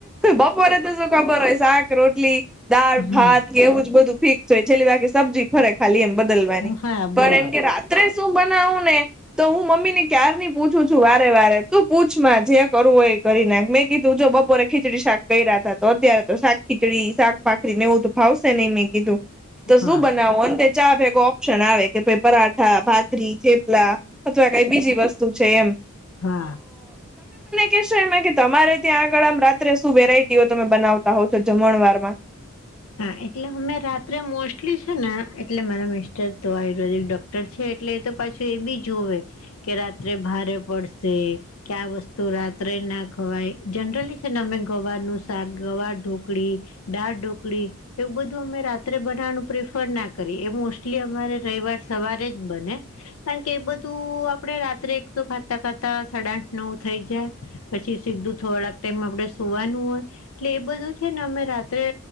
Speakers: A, in the centre; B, on the left (about 70°).
A: બપોરે તો શું ખબર હોય શાક, રોટલી, દાળ,
B: હા
A: ભાત એવું જ બધું ફિક્સ હોય છેલ્લી વાકી સબ્જી ફરે ખાલી એમ બદલવાની
B: હા બસ
A: પણ એમ કે રા ત્રે શું બનાવું ને તો હું મમ્મી ને ક્યાર ની પૂછું છું વારે વારે તું પૂછમાં જે કરું હોય કરી નાખ મેં કીધું જો બપોરે ખીચડી શાક ક રહ્યા હતા તો અત્યારે તો શાક ખીચડી શાક ભાખરીને એવું ફાવશે નહી મેં કીધું તો
B: હા
A: શું બનાવું ચા ભેગો ઓપ્શન આવે કે ભ પરાઠા ભાખરી થેપલા અથવા કઈ બીજી વસ્તુ શું છે એમ.
B: હા.
A: કેશું એમાં કે તમારે ત્યાં આગળ આમ રાત્રે શું વેરાયટીઓ તમે બનાવતા હોવ છો જમણવાર માં.
B: હા એટલે અમે રાત્રે મોસ્ટલી છે ને એટલે મારા મિસ્ટર તો હોય ડોક છે એટલે એ તો પાછું એ બી જોવે કે રાત્રે ભારે પડશે. કે આ વસ્તુ રાત્રે ના ખવાય જનરલી છે ને અમે ગવારનું શાક ગવાર ઢુંગળી દાળ ઢોકળી એવું બધું અમે રાત્રે બનાવવાનું પ્રિફર ના કરી એ મોસ્ટલી અમારે રવિવાર સવારે જ બને. કારણ કે એ બધું આપડે રાત્રે એક તો ખાતા ખાતા સાડા આઠ નવ થઈ જાય. પછી સીધું થોડાક ટાઈમ આપડણે સોવાનું હોય એટલે એ બધું છે ને અમે રાત્રે